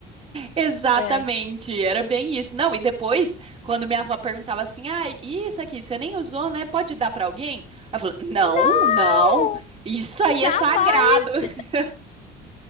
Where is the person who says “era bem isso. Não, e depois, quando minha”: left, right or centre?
Right